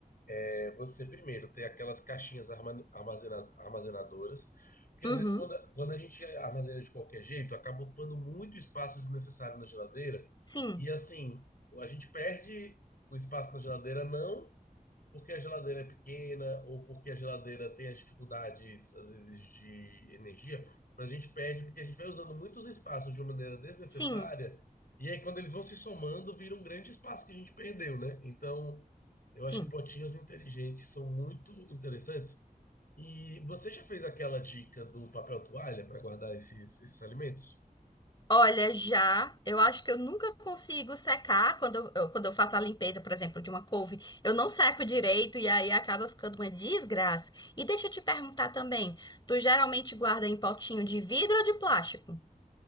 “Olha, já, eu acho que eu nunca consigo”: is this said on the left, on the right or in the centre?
Left